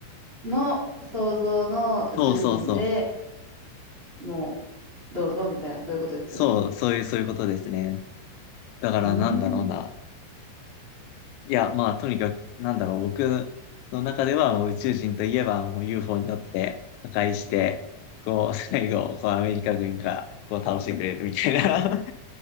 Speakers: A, on the right; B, on the left.
A: の想像の宇宙人で
B: そうそうそう。
A: もう、どうぞみたいな、そういうことですよね。
B: そう、そういう、そういうことですね。だからなんだろうな。
A: うーん。
B: いや、まあ、とにかく、なんだろう、僕の中ではもう宇宙人といえばもう UFO に乗って破壊して、こう、最後、こうアメリカ軍がこう倒してくれるみたいな